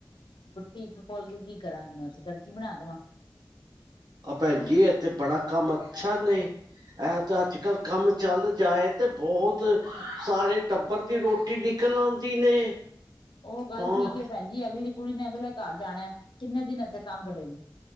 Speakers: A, on the left (about 80°); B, on the right (about 60°).
A: ਬੁਟੀਕ ਖੋਲ ਕੇ ਕੀ ਕਰਾਂ ਬਸ ਦਰਜੀ ਬਣਾ ਦੇਵਾਂ
B: ਆ ਪੈਣ ਜੀ ਇੱਥੇ ਬੜਾ ਕੰਮ ਅੱਛਾ ਨੇ ਐ ਤੇ ਅੱਜ-ਕੱਲ੍ਹ ਕੰਮ ਚੱਲ ਜਾਏ ਤੇ ਬਹੁਤ ਸਾਰੇ ਟੱਬਰ ਦੀ ਰੋ ਟੀ ਨਿਕਲ ਆਉਂਦੀ ਨੇ
A: ਉਹ ਗੱਲ
B: ਹਾਂ
A: ਠੀਕ ਹੈ, ਭੈਣ ਜੀ ਅਗਲੀ ਕੁੜੀ ਨੇ ਅਗਲੇ ਘਰ ਜਾਣਾ ਕਿੰਨੇ ਦਿਨ ਇੱਥੇ ਕੰਮ ਕਰੇਗੀ।